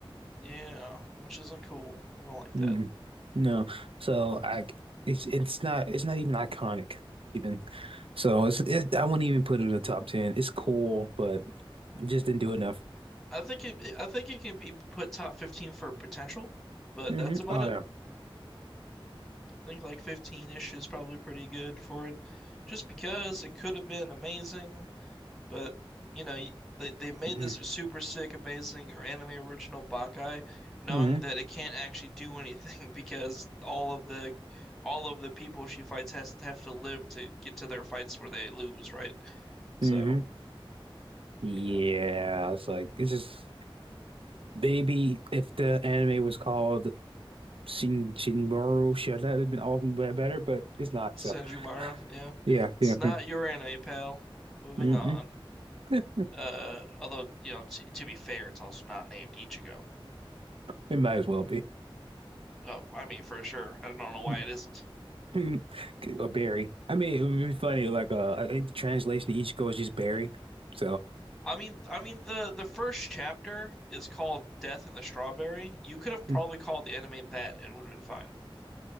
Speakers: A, in the centre; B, on the right (about 70°).
A: Yeah, which isn't cool. We don't like
B: Mm,
A: that.
B: no. So I it's it's not it's not even iconic even. So it's it, I wouldn't even put it in the top 10. It's cool, but it just didn't do enough.
A: I think it, I think it can be put top 15 for potential, but
B: hmm
A: that's about
B: Oh
A: it. I think like 15-ish is probably pretty good for it, just because it could have been amazing. But you know, y- they they made
B: yeah.
A: this super sick, amazing or anime original Bankai, knowing
B: hmm
A: that it can't actually do anything <laughs> because all of the all of the people she fights has to have to live to get to their fights where they lose, right? So
B: hmm Yeah,
A: yeah,
B: it's like it's just maybe if the anime was called Shin Shinmaru, sure that would have been all the way better, but it's not.
A: Senjumaro,
B: So <sighs>
A: yeah,
B: yeah,
A: it's
B: yeah.
A: not your anime, pal. Moving
B: Mm-mm.
A: on.
B: <laughs>
A: Uh, although you know, t to be fair, it's also not named Ichigo.
B: It might as well be.
A: Oh, I mean, for sure. I don't know why
B: <laughs>
A: it isn't.
B: <laughs> Or Barry. I mean, it would be funny. Like, uh, I think the translation to each goes just Barry. So,
A: I mean, I mean the the first chapter is called Death in the Strawberry. You could have probably
B: <laughs>
A: called the anime that and it would have been fine.